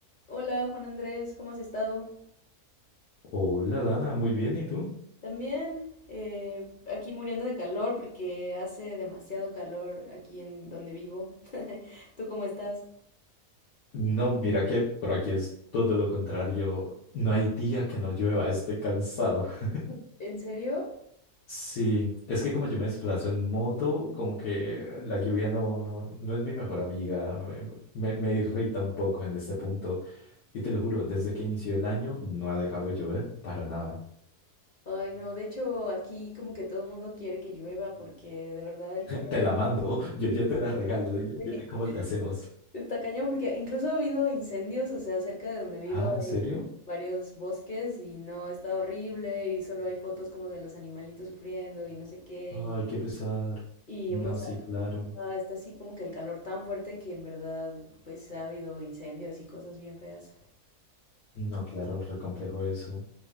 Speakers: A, on the left; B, on the left.
A: Hola Juan Andrés, ¿cómo has estado?
B: Hola Dana, muy bien, ¿y tú?
A: También eh, aquí muriendo de calor porque hace demasiado calor aquí en donde vivo. <laughs> ¿Tú cómo estás?
B: No, mira que por aquí es todo lo contrario. No hay día que no llueva, estoy cansado. <laughs>
A: ¿En serio?
B: Sí, es que como yo me desplazo en moto, como que la lluvia no, no, no es mi mejor amiga, me, me- me irrita un poco en este punto. Y te lo juro, desde que inició el año no ha dejado de llover para nada.
A: Ay, no, de hecho aquí como que todo el mundo quiere que llueva porque de verdad el calor
B: Te la
A: es
B: mando, <laughs> yo, yo te la regalo, dime,
A: <laughs>
B: dime cómo le hacemos.
A: está cañón porque incluso ha habido incendios, o sea, cerca de donde vivo
B: Ah, ¿en
A: hay
B: serio?
A: varios bosques y no, está horrible y solo hay fotos como de los animalitos sufriendo y no sé qué
B: Ay,
A: y,
B: qué pesar.
A: y
B: No,
A: hemos
B: sí, claro.
A: Ah, está así como que el calor tan fuerte que en verdad pues ha habido incendios y cosas bien feas.
B: No, claro, re complejo eso.